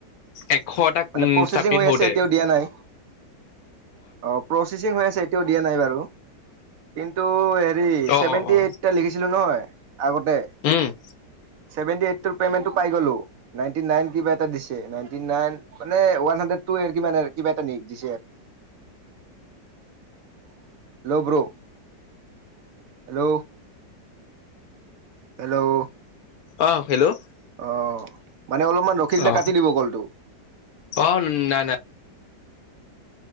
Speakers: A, on the left; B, on the right.
A: এশটা
B: মানে
A: উম
B: প্ৰচচিং
A: চাবমিট
B: হৈ
A: হওঁতে
B: আছে, এতিয়াও দিয়া নাই অ' প্ৰচেচিং হৈ আছে। এতিয়াও দিয়া নাই বাৰু, কিন্তু হেৰি,
A: অ
B: চেভেন্তি
A: অ অ
B: এইটটা লিখিছিলো নহয়। আগতে
A: উম,
B: ছেভেন্তি এইটটোৰ পেমেণ্টটো পাই গলো। নাইটি নাইন কিবা এটা দিছে, নাইটি নাইন মানে ওৱান হান্দ্ৰেদটোৱে কিবা এটা দিছে, হেল্ল', ব্ৰ' হেল্ল' হেল্ল'
A: অ হেল্ল'
B: অহ, মানে অলপমান ৰখি দিলে
A: অ
B: কাটি দিব কলটো। <inaudible>
A: অ নাই নাই